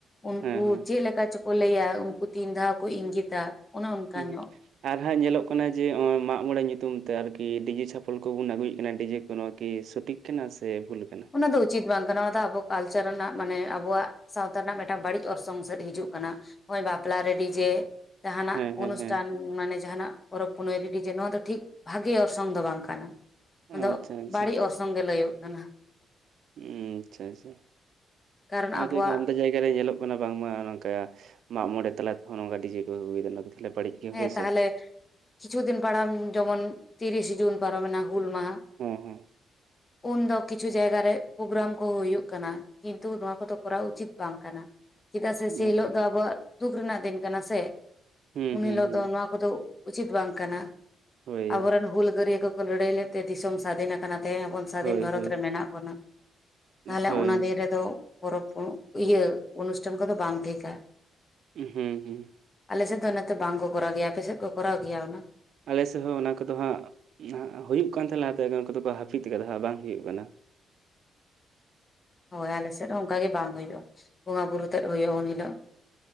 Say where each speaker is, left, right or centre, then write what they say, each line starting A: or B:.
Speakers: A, on the left; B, on the right.
A: ᱩᱱᱠᱩ
B: ᱦᱮᱸ ᱦᱮᱸ
A: ᱪᱮᱫ ᱞᱮᱠᱟ ᱪᱚ ᱠᱚ ᱞᱟᱹᱭᱟ ᱩᱱᱠᱩ ᱛᱤᱱ ᱫᱷᱟᱣ ᱠᱚ ᱤᱝᱜᱤᱛᱟ᱾ ᱚᱱᱮ ᱚᱱᱠᱟ
B: ᱩᱦᱩᱸᱜ᱾
A: ᱧᱚᱜ
B: ᱟᱨ ᱦᱟᱸᱜ ᱧᱮᱞᱚᱜ ᱠᱟᱱᱟ ᱡᱮ ᱱᱚᱜᱼᱚᱭ ᱢᱟᱜᱽ ᱢᱚᱬᱮ ᱧᱩᱛᱩᱢ ᱛᱮ ᱟᱨᱠᱤ ᱰᱤᱡᱮ ᱪᱷᱟᱯᱚᱞ ᱠᱚᱵᱚᱱ ᱟᱹᱜᱩᱭᱮᱫ ᱠᱟᱱᱟ ᱰᱤᱡᱮ ᱠᱩ ᱱᱚᱣᱟ ᱠᱤ ᱥᱚᱴᱷᱤᱠ ᱠᱟᱱᱟ, ᱥᱮ ᱵᱷᱩᱞ ᱠᱟᱱᱟ?
A: ᱚᱱᱟ ᱫᱚ ᱩᱪᱤᱛ ᱵᱟᱝ ᱠᱟᱱᱟ ᱚᱱᱟ ᱫᱚ ᱟᱵᱚ ᱠᱟᱞᱪᱟᱨ ᱨᱮᱱᱟᱜ ᱢᱟᱱᱮ ᱟᱵᱚᱣᱟᱜ ᱥᱟᱶᱛᱟ ᱨᱮᱱᱟᱜ ᱢᱤᱫᱴᱟᱱ ᱵᱟᱹᱲᱤᱡ ᱚᱨᱥᱚᱝ ᱥᱮᱫ ᱦᱤᱡᱩᱜ ᱠᱟᱱᱟ, ᱱᱚᱜᱼᱚᱭ ᱵᱟᱯᱞᱟ ᱨᱮ ᱰᱤᱡᱮ ᱡᱟᱦᱱᱟ-ᱜ
B: ᱦᱮᱸ ᱦᱮᱸ
A: ᱚᱱᱩᱥᱴᱷᱟᱱ᱾
B: ᱦᱮᱸ
A: ᱢᱟᱱᱮ ᱡᱟᱦᱟᱸᱱᱟᱜ ᱯᱚᱨᱚᱵᱽ ᱯᱩᱱᱟᱹᱭ ᱨᱮ ᱰᱤ ᱡᱮ ᱱᱚᱣᱟ ᱫᱚ ᱴᱷᱤᱠ ᱵᱷᱟᱜᱮ ᱚᱨᱥᱚᱝ ᱫᱚ ᱵᱟᱝ ᱠᱟᱱᱟ᱾ ᱟᱸᱫᱚ
B: ᱟᱪᱪᱷᱟ ᱟᱪᱪᱷᱟ
A: ᱵᱟᱹᱲᱤᱡ ᱚᱨᱥᱚᱝ ᱜᱮ ᱞᱟᱹᱭᱚᱜ ᱠᱟᱱᱟ᱾
B: ᱦᱩᱸᱢ ᱟᱪᱪᱷᱟ ᱟᱪᱪᱷᱟ
A: ᱠᱟᱨᱚᱱ
B: ᱱᱚᱣᱟ
A: ᱟᱵᱚᱣᱟᱜ
B: ᱠᱤ ᱦᱟᱜᱠᱷᱟᱡ ᱟᱢᱫᱟ ᱡᱟᱭᱜᱟ ᱨᱮ ᱧᱮᱞᱚᱜ ᱠᱟᱱᱟ ᱵᱟᱝᱢᱟ ᱱᱚᱝᱠᱟ ᱢᱟᱜᱽ ᱢᱚᱬᱮ ᱛᱟᱞᱟ ᱛᱮᱦᱚᱸ ᱱᱚᱝᱠᱟ ᱰᱤᱡᱮ ᱠᱚ ᱟᱹᱜᱩᱭᱮᱫᱟ ᱱᱟᱣᱟ ᱫᱚ ᱛᱟᱦᱚᱸᱞᱮ ᱵᱟᱹᱲᱤᱡ ᱜᱮ
A: ᱦᱮᱸ
B: ᱦᱳᱭ
A: ᱛᱟᱦᱚᱸᱞᱮ
B: ᱥᱮ
A: ᱠᱤᱪᱷᱩ ᱫᱤᱱ ᱯᱟᱲᱟᱢ ᱡᱮᱢᱚᱱ ᱛᱤᱨᱤᱥᱮ ᱡᱩᱱ ᱯᱟᱨᱚᱢᱮᱱᱟ ᱦᱩᱞ ᱢᱟᱦᱟᱸ᱾
B: ᱦᱮᱸ ᱦᱮᱸ᱾
A: ᱩᱱᱫᱚ ᱠᱤᱪᱷᱩ ᱡᱟᱭᱜᱟ ᱨᱮ ᱯᱨᱳᱜᱨᱟᱢ ᱠᱚᱸᱦᱚ ᱦᱳᱭᱩᱜ ᱠᱟᱱᱟ᱾ ᱠᱤᱱᱛᱩ ᱱᱚᱣᱟ ᱠᱚᱫᱚᱸ ᱠᱚᱨᱟᱣ ᱩᱪᱤᱛ ᱵᱟᱝ ᱠᱟᱱᱟ᱾ ᱪᱮᱫᱟᱜ ᱥᱮ ᱥᱮᱭ
B: ᱟᱪᱪᱷᱟ
A: ᱦᱤᱞᱳᱜ ᱫᱚ ᱟᱸᱵᱚᱣᱟᱜ ᱫᱩᱠ ᱨᱮᱱᱟᱜ ᱫᱤᱱ ᱠᱟᱱᱟ ᱥᱮ᱾
B: ᱦᱩᱸ
A: ᱩᱱ
B: ᱦᱩᱸ
A: ᱦᱤᱞᱳᱜ
B: ᱦᱩᱸ
A: ᱫᱚ ᱱᱚᱣᱟ ᱠᱚᱫᱚᱸ ᱩᱪᱤᱛ ᱵᱟᱝ ᱠᱟᱱᱟ
B: ᱦᱳᱭ
A: ᱟᱸᱵᱚ ᱨᱮᱱ ᱦᱩᱞᱜᱟᱹᱨᱤᱭᱟᱹ ᱠᱚᱸᱼᱼ ᱞᱟᱹᱲᱦᱟᱹᱭ ᱞᱮᱫ ᱛᱮ ᱫᱤᱥᱚᱢ ᱥᱟᱫᱷᱤᱱ ᱠᱟᱱᱟ ᱛᱮᱦᱮᱧ ‌ᱟᱵᱚᱱᱼᱼ ᱥᱟᱫᱷᱤᱱ
B: ᱦᱳᱭ
A: ᱵᱷᱟᱨᱚᱛ
B: ᱦᱳᱭ
A: ᱢᱮᱱᱟᱹᱜ ᱵᱚᱱᱟ ᱛᱟᱦᱞᱮ
B: ᱦᱳᱭ
A: ᱚᱱᱟ ᱫᱤᱱ ᱨᱮᱫᱚᱼᱼ ᱯᱚᱨᱚᱵᱽ ᱠᱚ ᱤᱭᱟᱹ ᱚᱱᱩᱥᱴᱷᱟᱱ ᱠᱚᱫᱚᱹ ᱵᱟᱝ ᱴᱷᱤᱠᱟ᱾
B: ᱦᱩᱸ ᱦᱩᱸ᱾
A: ᱟᱞᱮ ᱥᱮᱫ ᱫᱚ ᱱᱚᱛᱮ ᱵᱟᱝ ᱠᱚ ᱠᱚᱨᱟᱣ ᱜᱮᱹᱭᱟ, ᱟᱯᱮ ᱥᱮᱫ ᱠᱚᱨᱟᱣ ᱜᱮᱭᱟ ᱚᱱᱟ?
B: ᱟᱞᱮ ᱥᱮᱫ ᱦᱚᱸ ᱚᱱᱟ ᱠᱚᱫᱚ ᱦᱟᱸᱜᱼᱼ ᱦᱩᱭᱩᱜ ᱠᱟᱱ ᱛᱟᱦᱮᱸᱱ ᱞᱟᱦᱟ ᱛᱮ ᱩᱱᱠᱩ ᱫᱚᱠᱚᱸ ᱦᱟᱹᱯᱤᱫ ᱠᱟᱫᱟ ᱵᱟᱝ ᱦᱩᱭᱩᱜ ᱠᱟᱱᱟ᱾
A: ᱦᱳᱭ ᱟᱸᱞᱮ ᱥᱮᱫ ᱦᱚᱸ ᱚᱱᱠᱟ ᱜᱮ ᱵᱟᱝ ᱦᱩᱭᱩᱜᱼᱟ ᱵᱚᱸᱜᱟ ᱵᱩᱨᱩ ᱛᱮᱫ ᱦᱩᱭᱩᱜᱼᱟ ᱩᱱ ᱦᱤᱞᱳᱜ᱾